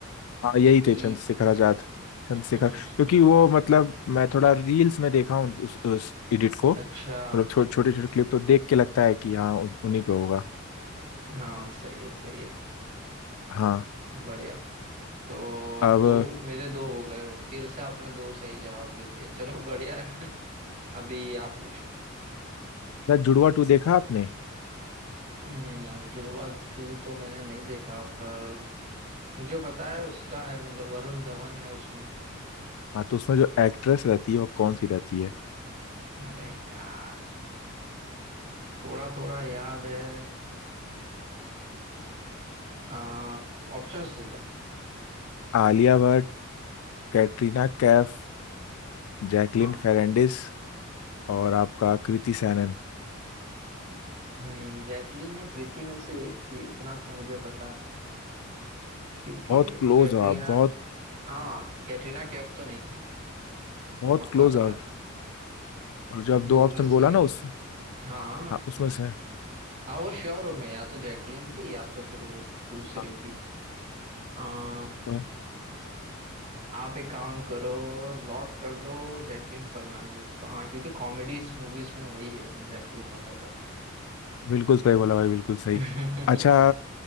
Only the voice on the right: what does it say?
B
हम्म,
<laughs>
अच्छा
हाँ सही है सही है
बढ़िया तो
दो मेरे दो हो गए फिर से आपने दो सही जवाब दे दिए चलो बढ़िया है <laughs> अभी आप पूछो
नहीं यार जुड़वा टू तो मैंने नहीं देखा पर मुझे पता है उसका है मतलब वरुण धवन है उसमें
अरे यार थोड़ा थोड़ा याद है आ, ऑप्शंस दे दो
हाँ
हम्म जैकलीन या कृति में से एक थी उतना तो मुझे पता है क्योंकि
कैटरीना
हाँ कैटरीना कैफ तो नहीं थी
वो पक्का
पता
है
दो
में से
एक ही
हाँ हाँ
हाँ वो श्योर हूँ मैं या तो जैकलीन थी या तो फिर वो दूसरी
थी आ,
आप एक काम करो लॉक कर दो जैकलीन फर्नांडिस को हाँ क्योंकि कॉमेडीज मूवीज में वही हीरोइन रहती है ज्यादातर
<laughs>